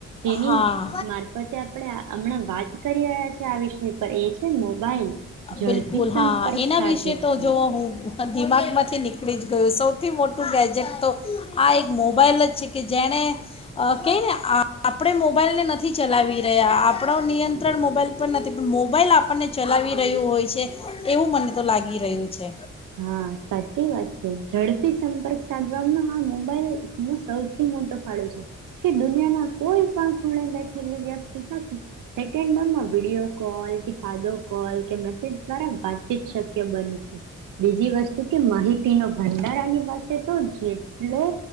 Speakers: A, on the right; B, on the left.
A: જેની
B: હા
A: મારફતે આપણે હમણાં વાત કરી રહ્યા છે આ વિષ પણ એ છે મોબાઈલ ઝડપી
B: બિલકુલ
A: સંપર્ક
B: હા એના
A: સાધે
B: વિશે તો
A: છે
B: જો હું દિમાગમાંથી નીકળી જ ગયું સૌથી મોટું ગેજેટ તો આ એક મોબાઈલ જ છે કે જેણે કંઈને આપણે મોબાઈલને નથી ચલાવી રહ્યા આપણો નિયંત્રણ મોબાઈલ પર નથી પણ મોબાઈલ આપણને ચલાવી રહ્યું હોય છે. એવું મને તો લાગી રહ્યું છે.
A: હા સાચી વાત છે ઝડપી સંપર્ક સાધવાનો આ મોબાઈલ નો સૌથી મોટો ફાળો છે. કે દુનિયામાં કોઈ પણ ખૂણે બેઠેલી વ્યક્તિ સાથે સેકન્ડોમાં વિડીયો કોલ કે સાદો કોલ કે મેસેજ દ્વારા વાતચીત શક્ય બને છે. બીજી વસ્તુ કે માહિતીનો ભંડાર આની પાસે તો જેટલો